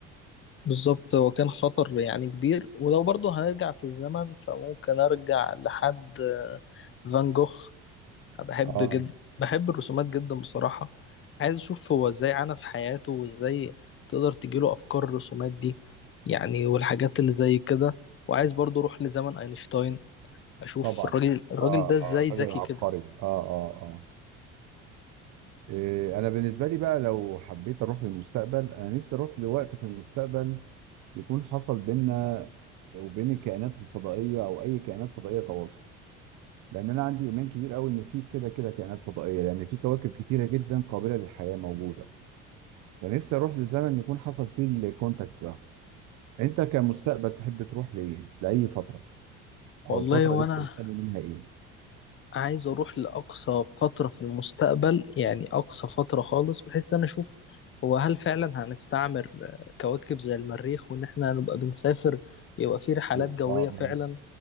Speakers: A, on the left (about 40°); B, on the right (about 65°).
A: بالظبط هو كان خطر يعني كبير ولو برضه هنرجع في الزمن فممكن ارجع لحد آه، فان جوخ أنا بحب
B: اه
A: جدا بحب الرسومات جدا بصراحة عايز اشوف هو ازاي عانى في حياته وازاي تقدر تجيله افكار الرسومات دي يعني والحاجات اللي زي كده وعايز برضه اروح لزمن اينشتاين اشوف
B: طبعا
A: الراجل الراجل
B: اه
A: ده ازاي
B: اه
A: ذكي
B: راجل عبقري
A: كده
B: اه اه اه إيه انا بالنسبه لي بقى لو حبيت اروح للمستقبل انا نفسي اروح لوقت في المستقبل يكون حصل بينا وبين الكائنات الفضائيه او اي كائنات فضائيه تواصل لان انا عندي ايمان كبير قوي ان في كده كده كائنات فضائيه لان في كواكب كتيره جدا قابله للحياه موجوده فنفسي اروح لزمن يكون حصل فيه الكونتاكت ده انت كمستقبل تحب تروح لايه لاي فتره
A: والله
B: او الفتره
A: وانا
B: اللي انت مستني منها ايه
A: عايز اروح لاقصى فتره في المستقبل يعني اقصى فتره خالص بحيث ان انا اشوف هو هل فعلا هنستعمر كواكب زي المريخ وان احنا نبقى بنسافر يبقى في رحلات
B: اه
A: جويه
B: آه،
A: فعلا